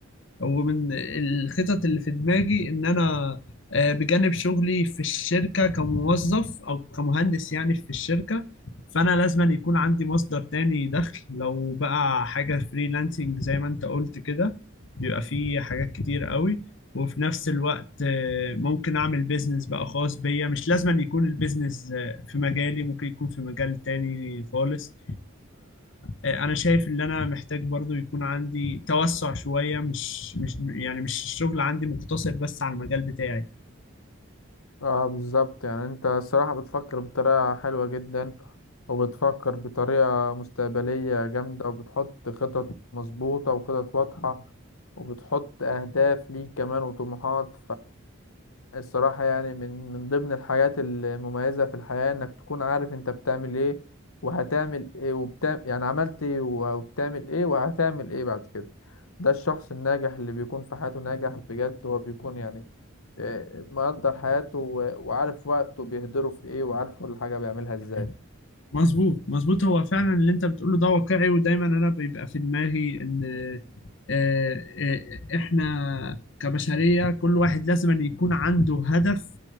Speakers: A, on the left (about 60°); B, on the left (about 85°).
A: ومن الخطط اللي في دماغي ان انا آه، بجانب شغلي في الشركة كموظف او كمهندس يعني في الشركة فانا لازم أن يكون عندي مصدر تاني دخل لو بقى حاجة فريلانسنج زي ما انت قلت كده بيبقى فيه حاجات كتير قوي وفي نفس الوقت آه، ممكن اعمل بيزنس بقى خاص بيا مش لازم أن يكون البيزنس آه، في مجالي ممكن يكون في مجال تاني خالص آه، انا شايف ان انا محتاج برضو يكون عندي توسع شوية مش مش يعني مش الشغل عندي مقتصر بس على المجال بتاعي
B: اه بالظبط يعني انت الصراحة بتفكر بطريقة حلوة جدا وبتفكر بطريقة مستقبلية جامدة وبتحط خطط مظبوطة وخطط واضحة وبتحط أهداف ليك كمان وطموحات الصراحة يعني من من ضمن الحاجات المميزة في الحياة إنك تكون عارف أنت بتعمل إيه وهتعمل إيه وبتعمل يعني عملت إيه وبتعمل إيه وهتعمل إيه بعد كده ده الشخص الناجح اللي بيكون في حياته ناجح بجد هو بيكون يعني آه، مقدر حياته و- وعارف وقته بيهدره في إيه وعارف كل حاجة بيعملها إزاي
A: أيوة. مظبوط مظبوط هو فعلا اللي انت بتقوله ده واقعي ودايما انا بيبقى في دماغي ان آه، آه، احنا كبشرية كل واحد لازم أن يكون عنده هدف